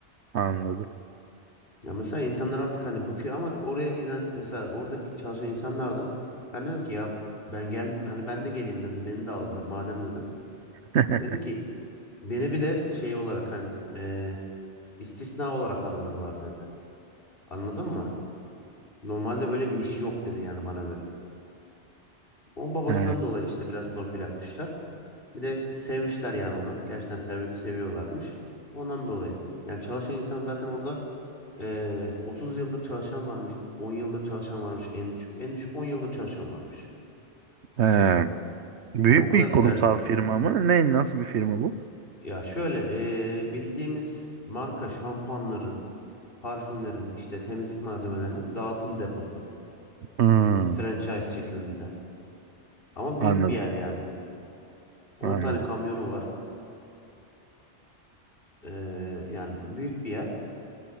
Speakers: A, on the right; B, on the left.
A: anladım.
B: Ya mesela insanlar artık hani bıkıyor ama oraya giden mesela oradaki çalışan insanlar da ben dedim ki ya ben gel hani ben de geleyim dedim beni de aldır madem dedim.
A: <laughs>
B: Dedi ki beni bile şey olarak hani eee, istisna olarak aldırlar dedi. Anladın mı? Normalde öyle bir iş yok dedi yani bana göre. O babasından
A: He,
B: dolayı işte biraz torpil yapmışlar. Bir de sevmişler yani onu. Gerçekten sev- seviyorlarmış. Ondan dolayı. Yani çalışan insan zaten orada Ee, 30 yıldır çalışan varmış, 10 yıldır çalışan varmış en düşük. En düşük 10 yıldır çalışan varmış.
A: he. Büyük
B: Yani o kadar
A: bir
B: güzel
A: kurumsal
B: bir yer.
A: firma mı? Ne, nasıl bir firma bu?
B: Ya şöyle ee, bildiğimiz marka şampuanların, parfümlerin, işte temizlik malzemelerinin dağıtım deposu.
A: Hmm,
B: Franchise şeklinde. Ama büyük
A: anladım.
B: bir yer yani. 10
A: Anladım.
B: tane kamyonu var. Ee, yani büyük bir yer.